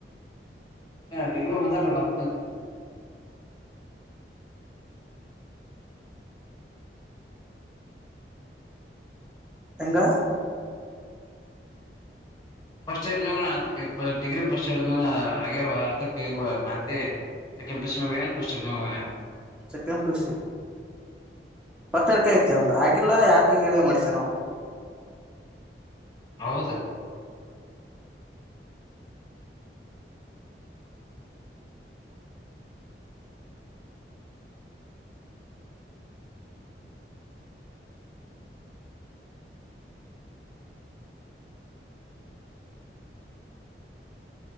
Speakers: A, on the left; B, in the centre.
A: ಹ ಡಿಗ್ರಿ ಮಂದರ್ಕ.
B: ಎಂಗಂಗ.
A: ಫಸ್ಟ್ ಇಯರ್ ಮ್ಯಾಗ ಡಿಗ್ರಿ ಫಸ್ಟ್ ಇಯರ್ ಮ ಆಗ್ಯ ಅದಕ್ಕೆ ಮತ್ತೆ. ಸೆಕಂಡ್ ಪಶ್ಚಿಮ ಪಶ್ಚಿಮಮ.
B: ಸೆಕೆ್ ಪಫ ಬಸ್ರ್ ಕಯತ್ ಒಂದ. ಆಲ್ಲ ಯಾರ್ಕ ಹೇಳ್ದ ಮಾಡಸ ನವು.
A: ಹೌದಾ.